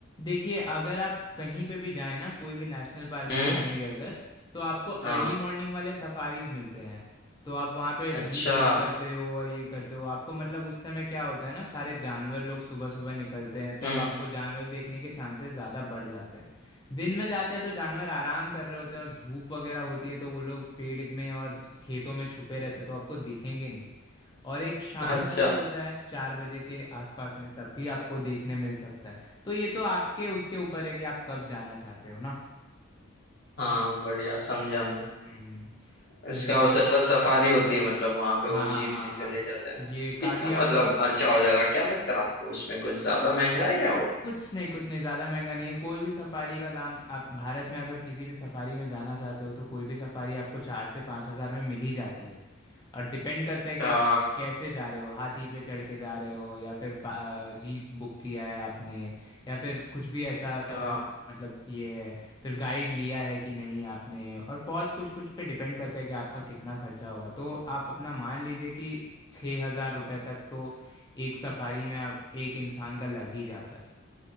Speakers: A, on the left (about 20°); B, on the left (about 50°).
A: देखिए अगर आप कहीं पे भी जाएं ना कोई भी नेशनल पार्क
B: हम्म
A: में जाएंगे अगर तो आपको अर्ली
B: हाँ
A: मॉर्निंग वाले सफारीज मिलते हैं तो आप वहाँ पे
B: अच्छा
A: जीप बुक करते हो और ये करते हो आपको मतलब उस समय क्या होता है ना सारे जानवर लोग सुबह सुबह निकलते हैं तो
B: हम्म
A: अब आपको जानवर देखने के चांसेस ज़्यादा बढ़ जाते हैं दिन में जाते हैं तो जानवर आराम कर रहे होते हैं और धूप वगैरह होती है तो वो लोग पेड़ में और खेतों में छुपे रहते हैं तो आपको दिखेंगे नहीं और एक शाम
B: हाँ अच्छा
A: को भी होता है चार बजे के आसपास में तब भी आपको देखने मिल सकता है तो ये तो आपके उसके ऊपर है कि आप कब जाना चाहते हो ना
B: हाँ बढ़िया समझा मैं
A: हम्म फिर
B: इसका वो जंगल सफारी होती है मतलब वहां पे
A: हाँ
B: वो जीप
A: हाँ
B: लेकर
A: हाँ
B: ले जाते हैं ना
A: ये काजीरंगा
B: कितना मतलब खर्चा हो जाएगा क्या लगता है आपको उसमें कुछ ज्यादा महंगा है या वो
A: कुछ नहीं कुछ नहीं ज़्यादा महंगा नहीं है कोई भी सफारी का दाम आप भारत में अगर किसी भी सफारी में जाना चाहते हो तो कोई भी सफारी आपको चार से पाँच हज़ार में मिल ही जाती है और डिपेंड करता
B: अच्छा
A: है कि आप कैसे जा रहे हो हाथी पे चढ़ के जा रहे हो या फिर बा- जीप बुक किया है आपने या फिर कुछ भी ऐसा
B: अच्छा
A: जो मतलब ये है फिर गाइड लिया है कि नहीं आपने और बहुत कुछ कुछ पे डिपेंड करता है कि आपका कितना खर्चा होगा तो आप अपना मान लीजिए कि छः हज़ार रुपये तक तो एक सफारी में आप एक इंसान का लग ही जाता है